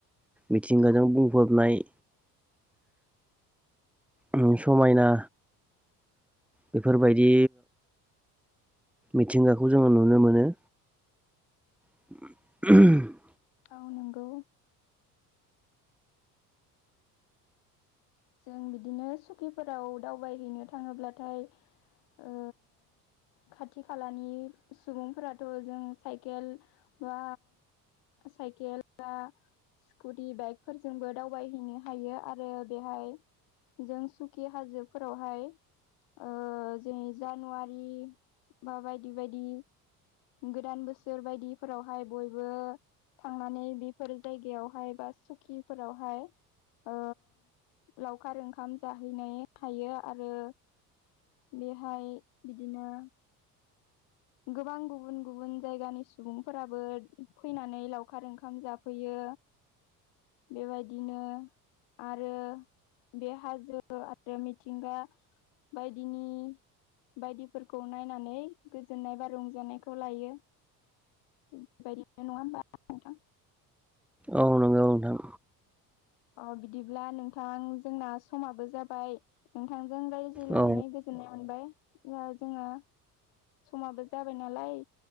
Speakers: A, in the centre; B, on the left.
A: मिथिंगाजों बुंफबनाय उम समायना बेफोरबायदि मिथिंगाखौ जोङो नुनो मोनो। <unintelligible>
B: औ नंगौ। जों बिदिनो सुकिफोराव दावबायहैनो थाङोब्लाथाय ओ खाथि खालानि सुबुंफोराथ' जों साइकेल बा साइकेल बा स्कुटि बाइकफोरजोंबो दावबायहैनो हायो आरो बेहाय जों सुकि हाजोफोरावहाय। ओ जे जानुवारि बा बायदि बायदि गोदान बोसोर बायदि फोरावहाय बयबो थांनानै बेफोर जायगायावहाय बा सुकिफोरावहाय ओ लावखार ओंखाम जाहैनाय थायो आरो बेहाय बिदिनो गोबां गुबुन गुबुन जायगानि सुबुंफोराबो फैनानै लावखार ओंखाम जाफैयो। बेबायदिनो आरो बे हाजो आरो मिथिंगा बायदिनि बायदिफोरखौ नायनानै गो जोननाय बा रंजानायखौ लायो। थिक बेबायदिनो नङा होमबा? नोंथां
A: औ नंगौ नोंथां।
B: अ बिदिब्ला नोंथां जोंना समाबो जाबाय नोंथांजों रायज लांनानै
A: औ
B: गोजोननाय मोनबाय दा जोङो समाबो जाबाय नालाय